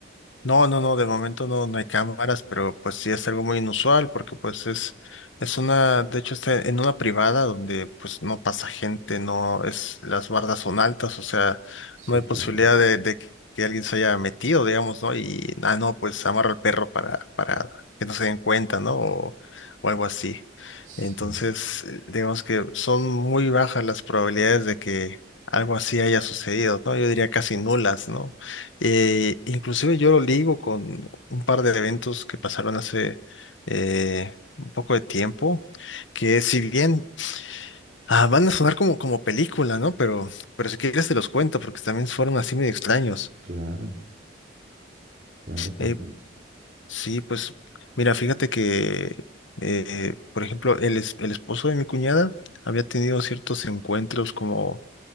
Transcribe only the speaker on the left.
No, no, no, de momento no, no hay cámaras, pero pues sí es algo muy inusual porque pues es, es una, de hecho está en una privada donde pues no pasa gente, no es, las bardas son altas, o sea,
no hay
posibilidad de, de que que alguien se haya metido, digamos, ¿no? Y, ah, no, pues amarra al perro para, para que no se den cuenta, ¿no? O, o algo así.
Entonces, eh, digamos que son muy bajas las probabilidades de que algo así haya sucedido, ¿no? Yo diría casi nulas, ¿no? Eh, inclusive yo lo ligo con un par de eventos que pasaron hace eh, un poco de tiempo, que si bien ah, van a sonar como, como película, ¿no? Pero, pero si quieres te los cuento, porque también fueron así medio extraños.
Eh, sí, pues mira, fíjate que, eh, por ejemplo, el, es- el esposo de mi cuñada había tenido ciertos encuentros como